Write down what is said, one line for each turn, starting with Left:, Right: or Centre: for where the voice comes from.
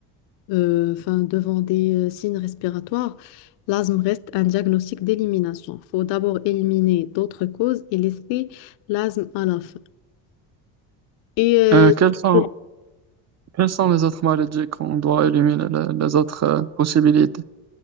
Left: euh, enfin, devant des euh, signes respiratoires, l'asthme reste un diagnostic d'élimination. Il faut d'abord éliminer d'autres causes et laisser l'asthme à la fin. Et euh,
Right: Euh, quelles sont,
Left: pour-
Right: quelles sont les autres maladies qu'on doit éliminer, les, les autres euh, possibilités?